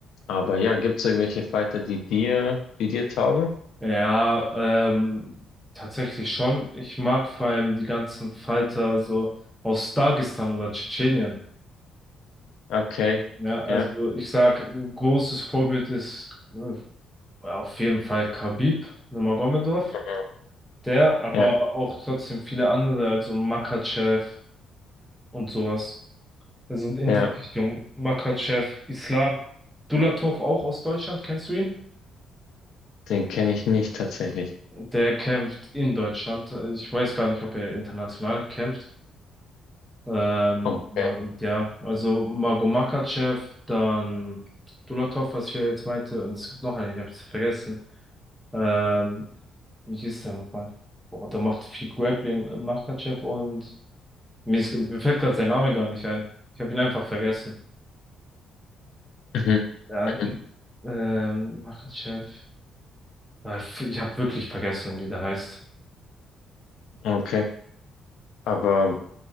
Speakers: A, on the left; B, in the centre.
A: aber ja, gibt es irgendwelche Fighter, die dir, die dir taugen?
B: Ja, ähm, tatsächlich schon. Ich mag vor allem die ganzen Fighter so aus Dagestan oder Tschetschenien.
A: Okay,
B: Ja, also
A: ja,
B: ich sag, ein großes Vorbild ist äh, auf jeden Fall Khabib Nurmagomedov,
A: mhm.
B: der aber
A: ja,
B: auch trotzdem viele andere, also Makhachev und sowas. Also in
A: ja,
B: die Richtung Makhachev, Islam, Dulatov auch aus Deutschland, kennst du ihn?
A: den kenne ich nicht tatsächlich.
B: Der kämpft in Deutschland. Ich weiß gar nicht, ob er international kämpft. Ähm,
A: Okay,
B: ja, ja, also Mago Makhachev, dann Dulatov, was ich ja jetzt meinte, und es gibt noch einen, ich habe es vergessen. Ähm, wie hieß der nochmal? Boah, der macht viel Grappling, äh, Makhachev und mir, ist, mir fällt gerade sein Name gar nicht ein. Ich habe ihn einfach vergessen.
A: mhm.
B: Ja,
A: mhm.
B: ähm, Makhachev. Äh, Ich habe wirklich vergessen, wie der heißt.
A: okay, aber